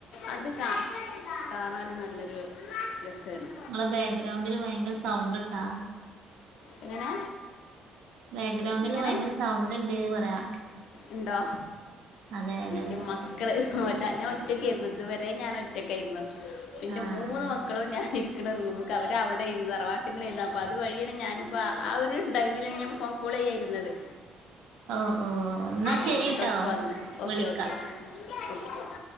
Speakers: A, on the left; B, on the right.
A: അത് സം കാണാനും നല്ലൊരു രസാണ്
B: ങ്ങളെ ബാക്ക്ഗ്രൗണ്ടിൽ ഭയങ്കര സൗണ്ട്ട്ടാ
A: എങ്ങനെ
B: ബാക്ക്ഗ്രൗണ്ടില്
A: എങ്ങനെ
B: ഭയങ്കര സൗണ്ട്ണ്ട് പറയാ
A: ഇണ്ടോ
B: അതെ അതെ
A: ഇന്റെ
B: അതെ
A: മക്കള്
B: അതെ
A: അല്ല ഞാൻ ഒറ്റക്കായിരുന്നു ഇതുവരെ ഞാൻ ഒറ്റക്കായിരുന്നു ഇന്റ
B: ആഹ്
A: മൂന്ന് മക്കളും ഞാനിരി ക്ക്ണ റൂംക്ക അവര് അവിടെ ആയിരുന്നു തറവാട്ടിങ്ങൽ അയിരുന്നു അപ്പൊ അത് വഴിയാണ് ഞാനും പ്പ ആഹ് ഒരു ടൈമിലാണ് ഞാൻ ഫോൺ കോളെയ്യാനിരുന്നത്
B: ഓ ഓ എന്നാ ശരിട്ടോ
A: ഓ മക്കളൊക്കെ വന്ന് ഓക്കെ
B: വിളിക്കാം
A: ഓക്കെ ഓക്കേ